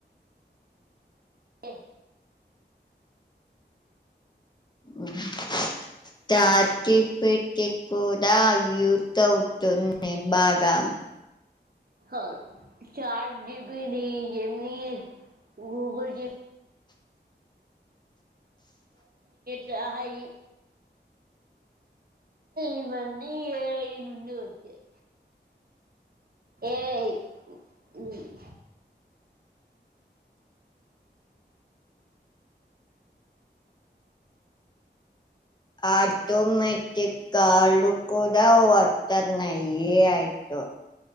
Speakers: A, on the right; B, on the left.
A: ఏ
B: ఉహ్మ్ తాటి పెట్టి కూడా యూస్ అవుతుంది బాగా
A: ఉహ్ చాట్ జిపిటి జెమిని గూగుల్ జెమ్ చయి ఇవన్నీ ఏ ఐ నుండే వచ్చాయి ఏఐ ఉహ్మ్
B: ఆటోమేటిక్ కాలు కూడా వత్తన్నాయి అయితే ఓ